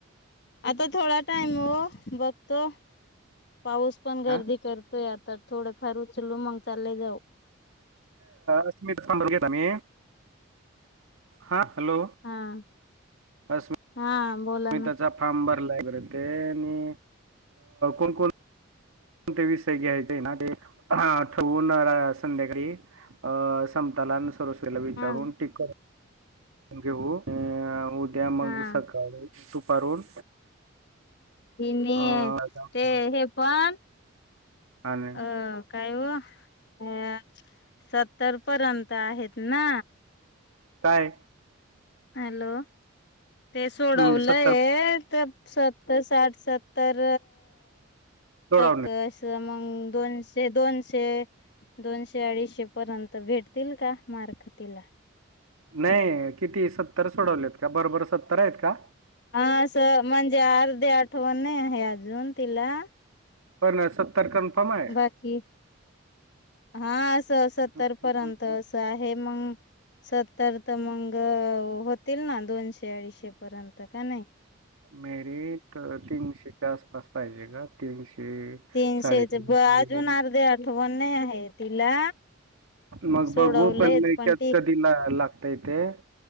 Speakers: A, on the left; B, on the right.
A: आता थोडा टाइम व बघतो पाऊस पण गर्दी
B: हा
A: करतोय आता थोडंफार उचलो मग चाललं जाऊ
B: असम सब घेत मी हा हॅलो
A: हा
B: अस्म अस्मिताचा
A: हा बोला ना
B: फार्म भर ते आणि कोण कोण ण ते विषय घ्यायचे ना ते ठेवून संध्याकाळी अं समतालान सरोसरीला विचारून
A: हा
B: टिक घेऊ अ उद्या मग
A: हा
B: सकाळी दुपारून
A: ह
B: अ
A: ते हे पण
B: आणि
A: अह काय हो अ सत्तर पर्यंत आहेत ना
B: काय
A: हॅलो ते सोडवलं
B: म्हणजे सत्तर
A: आहे तर सतर साठ सत्तर
B: सोडवणे
A: टक्क अस मग दोनशे दोनशे दोनशे अडीचशे पर्यंत भेटतील का मार्ख तिला
B: नाही किती सत्तर सोडवलेत का बरोबर सत्तर आहेत का
A: हा असं म्हणजे अर्धे आठवण नाही आहे अजून तिला
B: पण सत्तर कनफमाय
A: बाकी हा असं सत्तर
B: हम्म,
A: पर्यंत
B: हम्म,
A: असं
B: हम्म.
A: आहे मंग सत्तर तर मंग होतील ना दोनशे अडीचशे पर्यंत का नाही
B: मेरिट तीनशेच्या आसपास पाहिजे का तीनशे
A: तीनशेच
B: साडेतीनशे
A: ब अजून अर्धे आठवण नाही आहे तिला
B: मग
A: सोडवलंय
B: बघू पण नाही कत
A: ती
B: कधी लागताय ते